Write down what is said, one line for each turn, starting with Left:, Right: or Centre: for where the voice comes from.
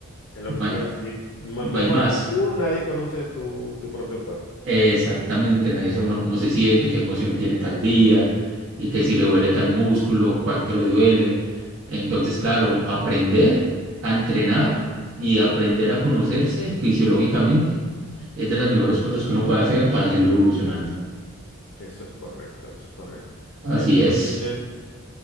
Left: Es lo
Right: No
Left: que te
Right: hay,
Left: iba a decir. Me-
Right: no
Left: Mejor
Right: hay más.
Left: que tú, nadie conoce tu, tu propio cuerpo.
Right: Eh, Exactamente, nadie sabe uno cómo se siente, qué emoción tiene tal día y que si le duele tal músculo, cuánto le duele. Entonces, claro, aprender a entrenar y aprender a conocerse fisiológicamente es de las mejores cosas que uno puede hacer para seguir evolucionando.
Left: Eso es correcto, eso es correcto.
Right: Así
Left: Entonces,
Right: es.